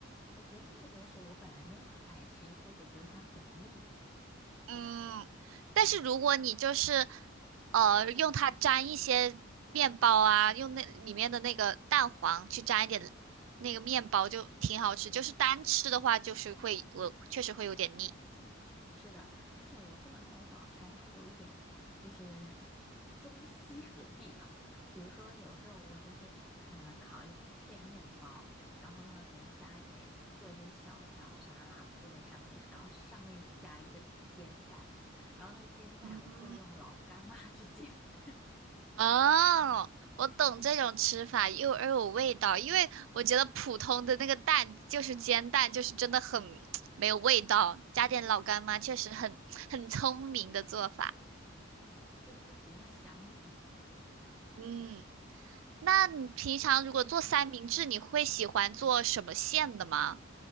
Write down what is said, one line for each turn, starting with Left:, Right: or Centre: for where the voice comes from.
Centre: 我觉得那个东西我本来没有很爱吃，因为我就觉得它很腻，
Right: 嗯，但是如果你就是呃用它沾一些面包啊，用那里面的那个蛋黄去沾一点那个面包，就挺好吃。就是单吃的话，就是会我确实会有点腻。
Centre: 是的，而且我做的那种早餐，它有一点就是中西合璧吧。比如说，有时候我就是嗯烤一片面包，然后呢，可能加一点做一点小小沙拉铺在上面，然后上面加一个煎蛋嘛。然后那个煎蛋我会用老干妈去煎，
Right: 嗯，
Centre: <laughs>
Right: 哦，我懂这种吃法，又又有味道，因为我觉得普通的那个蛋就是煎蛋，就是真的很 <tsk> 没有味道，加点老干妈确实很很聪明的做法。
Centre: 是的，对，就比较香一点。
Right: 嗯。那你平常如果做三明治，你会喜欢做什么馅的吗？